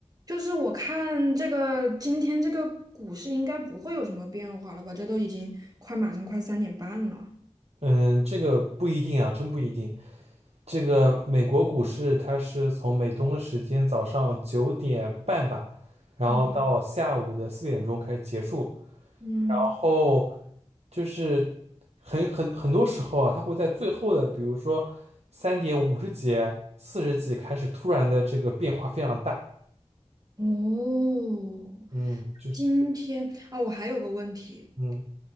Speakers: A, on the right; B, on the right.
A: 就是我看这个今天这个股市应该不会有什么变化了吧？这都已经快马上快三点半了。
B: 嗯，这个不一定啊，真不一定。这个美国股市它是从美东的时间早上九点半吧，然后到下午的四点钟开始结束，
A: 嗯嗯，
B: 然后就是很很很多时候啊，它会在最后的，比如说三点五十几、四十几开始突然的这个变化非常大。
A: 哦，
B: 嗯，就是
A: 今天啊，我还有个问题，
B: 嗯